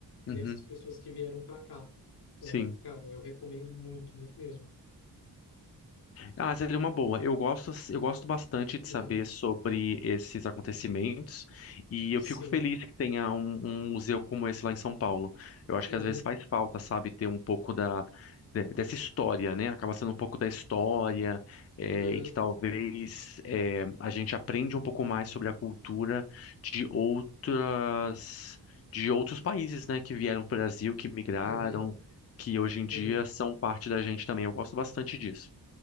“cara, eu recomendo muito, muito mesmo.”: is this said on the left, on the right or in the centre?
Left